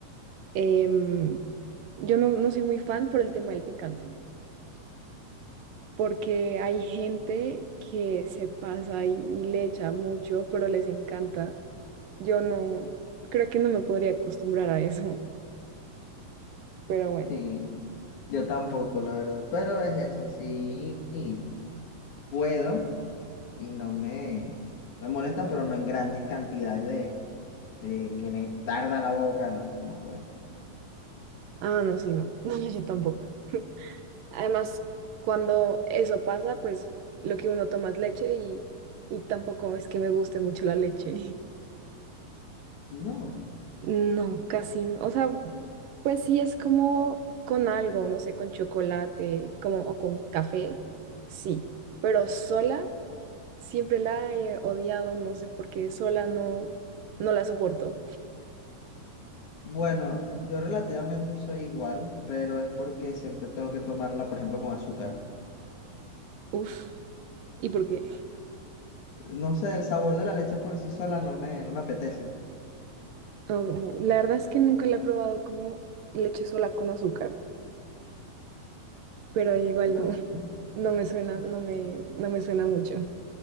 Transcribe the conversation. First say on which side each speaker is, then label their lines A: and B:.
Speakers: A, on the right; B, on the left.
A: Em, yo no, no soy muy fan por el tema del picante, porque hay gente que se pasa y, y le echa mucho, pero les encanta. Yo no, creo que no me podría acostumbrar a eso, pero bueno.
B: Sí, yo tampoco, la verdad. Pero es eso, sí, y puedo y no me, no me molesta, pero no en grandes cantidades de de que me tarda la boca, no, no puedo.
A: Ah, no, sí, no. No, no, yo tampoco. Además, cuando eso pasa, pues lo que uno toma es leche y, y tampoco es que me guste mucho la leche. <laughs>
B: No.
A: No, casi no. O sea, pues sí es como con algo, no sé, con chocolate, como o con café, sí. Pero sola siempre la he odiado, no sé por qué, sola no, no la soporto.
B: Bueno, yo relativamente soy igual, pero es porque siempre tengo que tomarla, por ejemplo, con azúcar.
A: Uf, ¿y por qué?
B: No sé, el sabor de la leche por sí sola no me, no me apetece.
A: Oh, la verdad es que nunca la he probado como leche sola con azúcar, pero igual
B: Curioso.
A: no, <laughs> no me suena, no me, no me suena mucho,